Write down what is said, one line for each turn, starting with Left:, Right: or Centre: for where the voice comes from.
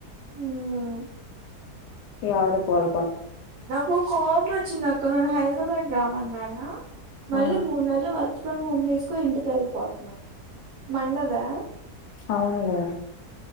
Right: ఉమ్
Left: ఎవరికి వర
Right: నాకు కోపమచ్చింది అక్కనుండి హైదరాబాద్ రమ్మన్నాన మళ్ళీ
Left: ఆ
Right: మూడ్ నెల్లు వచ్ ఫ్రమ్ హోమ్ తీసుకోని ఇంటికెల్ పోతున్నా మండదా
Left: అవునులే